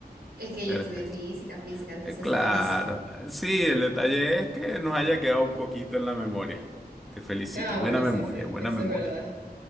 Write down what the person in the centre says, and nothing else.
Perfecto.
Eh, Claro.
Sí, el detalle es que nos haya quedado un poquito en la memoria. Te felicito.
Buena
memoria,
buena
memoria.